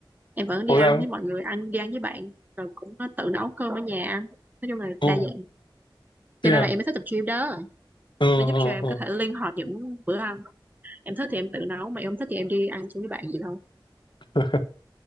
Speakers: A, on the right (about 20°); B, on the left (about 65°).
A: em vẫn
B: có
A: đi ăn
B: ra không
A: với mọi người ăn đi ăn với bạn rồi cũng tự nấu cơm ở nhà ăn nói chung là đa
B: ồ
A: dạng
B: thế
A: cho nên
B: à
A: là em mới thích tập gym đó
B: ờ
A: nó
B: ờ
A: giúp cho em
B: ờ
A: có thể linh hoạt những bữa ăn em thích thì em tự nấu mà em không thích thì em đi ăn chung với bạn gì thôi
B: <laughs>